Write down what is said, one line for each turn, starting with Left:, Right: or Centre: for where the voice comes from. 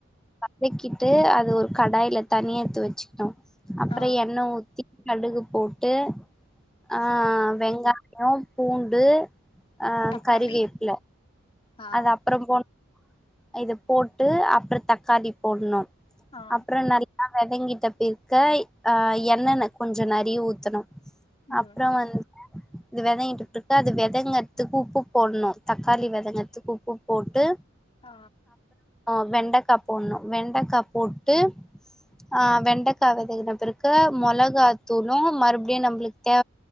Centre: வெக்கிட்டு அத ஒரு கடாய்ல தனிய எத்து வெச்சிக்னு அப்ற
Left: ஆ
Centre: எண்ண ஊத்தி கடுகு போட்டு ஆ வெங்காயோ பூண்டு அ
Left: தக்காளி
Centre: கறிவேப்ல
Left: ஆ
Centre: அத அப்ரம்போன் இத போட்டு அப்புற தக்காளி போட்ணு
Left: ஆ
Centre: அப்றோ நல்லா வதங்கிட்ட பெருக்கய் அ எண்ணென கொஞ்சோ நறிய ஊத்தணு
Left: ம்
Centre: அப்புறோ வ இது வெதங்கிட்டுட்டு அது வெதங்கறதுக்கு உப்பு போட்ணு தக்காளி வெதங்க த்துகு உப்பு போட்டு
Left: ஆ
Centre: அ வெண்டக்கா போண்ணு வெண்டக்கா போட்டு அ வெண்டக்கா வெதங்ன பிறக்கு மொளகாத்தூளு மறுப்டியு நம்புளுக் தே